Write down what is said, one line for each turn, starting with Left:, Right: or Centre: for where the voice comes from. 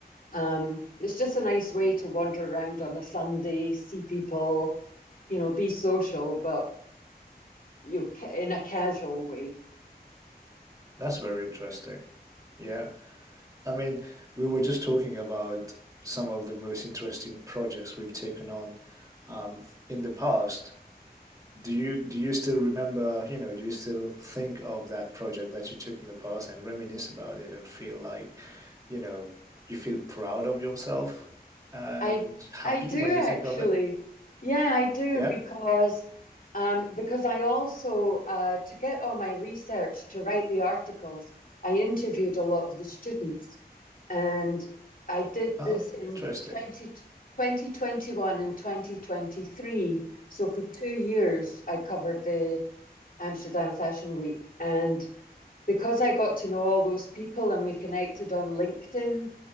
Left: Um, it's just a nice way to wander around on a Sunday, see people, you know, be social, but you ca- in a casual way.
Right: That's very interesting. Yeah. I mean, we were just talking about some of the most interesting projects we've taken on um, in the past. Do you do you still remember, you know, do you still think of that project that you took in the past and reminisce about it and feel like, you know, you feel proud of yourself and
Left: I
Right: happy
Left: I do
Right: when
Left: actually.
Right: you think of it?
Left: Yeah, I do
Right: Yeah?
Left: because um because I also uh to get all my research to write the articles, I interviewed a lot of the students and I did
Right: Oh,
Left: this in
Right: interesting.
Left: twenty twenty twenty one and 2023. So for two years I covered the Amsterdam Fashion Week and because I got to know all those people and we connected on LinkedIn